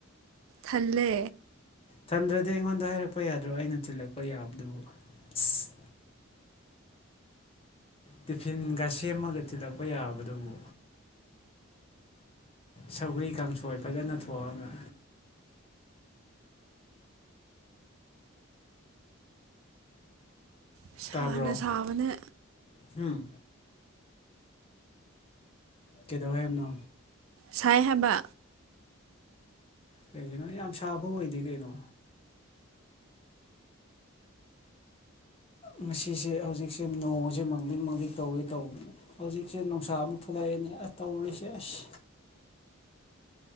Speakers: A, on the right (about 80°); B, on the left (about 30°).
A: ꯊꯜꯂꯦ
B: ꯊꯟꯗ꯭ꯔꯥꯗꯤ ꯑꯩꯉꯣꯟꯗ ꯍꯥꯏꯔꯛꯄ ꯌꯥꯗ꯭ꯔꯣ ꯑꯩꯅ ꯊꯤꯜꯂꯛꯄ ꯌꯥꯕꯗꯨꯕꯨ ꯏꯁ ꯇꯤꯐꯤꯟꯒ ꯁꯦꯝꯃꯒ ꯊꯤꯜꯂꯛꯄ ꯌꯥꯕꯗꯨꯕꯨ ꯁꯧꯒ꯭ꯔꯤ ꯀꯥꯡꯁꯣꯏ ꯐꯖꯅ ꯊꯣꯛꯉꯥꯒ
A: ꯁꯥꯅ
B: ꯇꯥꯕ꯭ꯔꯣ
A: ꯁꯥꯕꯅꯦ
B: ꯎꯝ ꯀꯩꯗꯧꯔꯦ ꯍꯥꯏꯕꯅꯣ
A: ꯁꯥꯏ ꯍꯥꯏꯕ
B: ꯀꯩꯔꯤꯒꯤꯅꯣ ꯌꯥꯝ ꯁꯥꯕ ꯑꯣꯏꯗꯦ ꯀꯩꯅꯣ ꯉꯁꯤꯁꯦ ꯍꯧꯖꯤꯛꯁꯦ ꯅꯣꯡꯖꯦ ꯃꯥꯡꯗꯤꯡ ꯃꯥꯡꯂꯤ ꯇꯧꯋꯦ ꯇꯧꯕꯅꯤ ꯍꯧꯖꯤꯛꯁꯦ ꯅꯨꯡꯁꯥ ꯑꯃꯨꯛ ꯊꯣꯛꯂꯛꯑꯦꯅꯦ ꯑꯁ ꯇꯧꯔꯤꯁꯦ ꯑꯁ